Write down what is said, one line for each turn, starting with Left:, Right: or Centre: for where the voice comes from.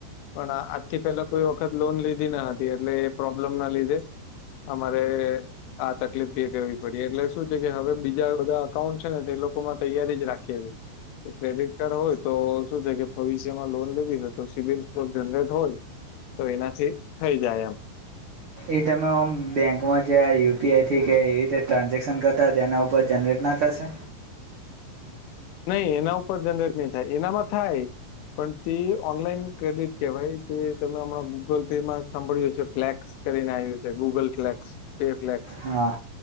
Left: પણ આજથી પેલા કોઈ વખત લોન લીધી ના હતી એટલે એ પ્રોબ્લેમ ના લીધે. અમારે. આ તકલીફ કરવી તે કેવી પડી, એટલે શું છે કે હવે બીજા બધા અકાઉન્ટ છે ને તે લોકોમાં તૈયારી જ રાખીએ છે. કે ક્રેડિટ કાર્ડ હોય, તો શું છે કે ભવિષ્યમાં લોન લેવી હોય, તો સિવિલ સ્કોર જનરેટ હોય તો એનાથી થઈ જાય એમ.
Right: ઈ તમે ઓમ બેંકમાં જે આ યુ પી આઈથી, કે એવી રીતે ટ્રાન્ઝેક્શન કરતા હોય, તો એના ઉપર જનરેટ ના થશે?
Left: નહીં એના ઉપર જનરેટ નહીં થાય. એનામાં થાય પણ તે ઓનલાઈન ક્રેડિટ કહેવાય, જે તમે હમણાં ગૂગલ પે માં સાંભળ્યું છે ફ્લેક્સ સ કરીને એવી રીતે, ગૂગલ ફ્લેક્સ, પે ફ્લેક્સ.
Right: હા